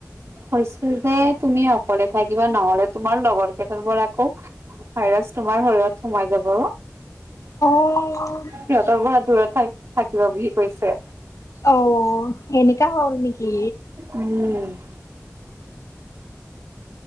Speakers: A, on the right; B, on the left.
A: কৈছো যে তুমি অকলে থাকিবা, নহলে তোমাৰ লগৰ কেইটাৰ পৰা আকৌ ভাইৰাছ তোমাৰ শৰীৰত সোমাই যাব।
B: <unintelligible>
A: সিহঁতৰ পৰা দূৰত থা থাকিব বুলি কৈছে।
B: অ এনেকা হল নেকি?
A: উম,